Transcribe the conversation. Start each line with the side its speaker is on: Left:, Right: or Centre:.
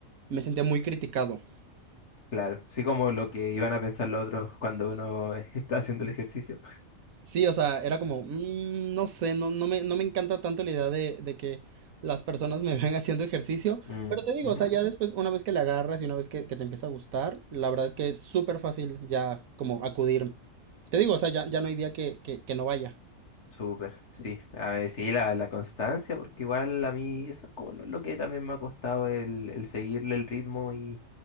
Right: me sentía muy criticado.
Left: Claro, sí como lo que iban a pensar los otros cuando uno <laughs> está haciendo el ejercicio.
Right: Sí, o sea, era como, "Mm, no sé, no, no me, no me encanta tanto la idea de, de que las personas me <laughs> vean haciendo ejercicio,
Left: Mm,
Right: pero te digo,
Left: ujú,
Right: o sea, ya después, una vez que le agarras y una vez que, que te empieza a gustar, la verdad es que es súper fácil ya como acudir. Te digo, o sea, ya, ya no hay día que, que, que no vaya.
Left: Súper, sí. A ver, sí, la, la constancia, porque igual a mí eso es como lo, lo que también me ha costado el, el seguirle el ritmo y,